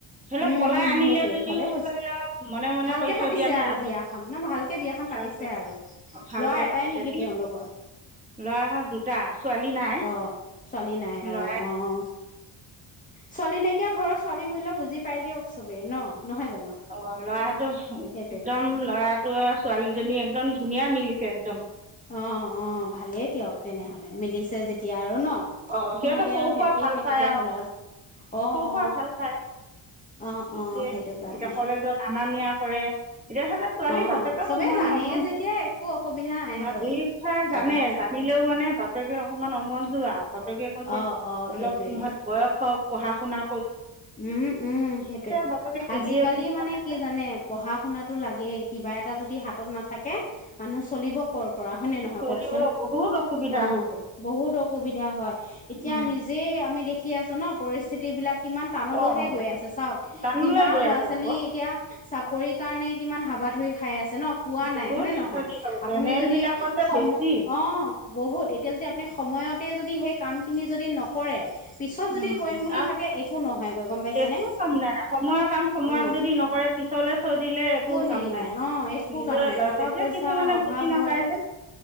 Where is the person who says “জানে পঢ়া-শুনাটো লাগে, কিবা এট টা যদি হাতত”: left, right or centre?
Left